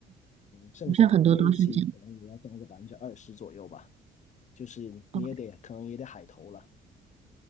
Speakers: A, on the left (about 45°); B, on the right (about 40°).
A: 剩下的运气可能也要占一个百分之二十左右吧，
B: 好像很多都是这样。
A: 就是你也得可能也得海投了。
B: 哦